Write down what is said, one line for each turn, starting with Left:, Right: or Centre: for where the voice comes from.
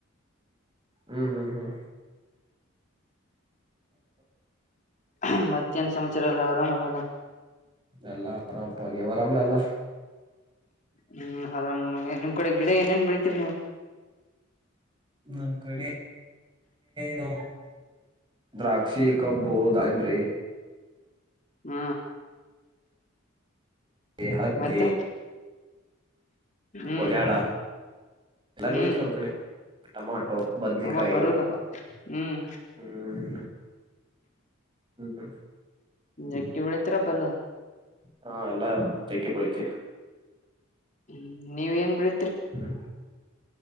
Right: ಹ್ಮ್ ಹ್ಮ್ ಹ್ಮ್
Left: ಹ್ಮ್ ಮತ್ತನ ಸಮಚಾರಲ್ಲ ಅವರ ಮಲ್ಲ ಅಲ್ಲ
Right: ಎಲ್ಲಾ ಆರಾಮಪ ನೀವು ವರಾಮಲ ಎಲ್ಲ
Left: ಹ್ಮ್ ಆರಾಮ್ ನಿಮ್ ಕಡೆ ಗಿಡ ಏನೇನ್ ಬೆಳಿತೀರಿ ನೀವು
Right: ನಮ್ಮ ಕಡೆ ನ ದ್ರಾಕ್ಷಿ ಕಬ್ಬು ದಾಂಬ್ರಿ
Left: ಹ್ಮ್
Right: ಬೇಹದ
Left: ಮತ್ತ
Right: ದ
Left: ಹ್ಮ್
Right: ಗಜಳ ಎಲ್ಲ
Left: ಹ್ಮ್
Right: ಬೆಳೀತಿ ನಮ್ಮ್ ಕಡೆ ಟಮಾಟೋ ಬದನಕಾಯಿ
Left: ಅವ ಪರ್ವಲ್ಲಪ್ಪ ಹ್ಮ್
Right: ಹ್ಮ್ ಹ್ಮ್
Left: ೆಗ್ಗ ಬೆಳತರ ಪಲ್ಲ
Right: ಹಾ ಎಲ್ಲಾ ಚಗ್ಕ್ಕಿ ಬೆಳಿತಿವಿ
Left: ಹ್ಮ್ ನೀವ್ ಏನ್ ಬಿಡ
Right: ಹ್ಮ್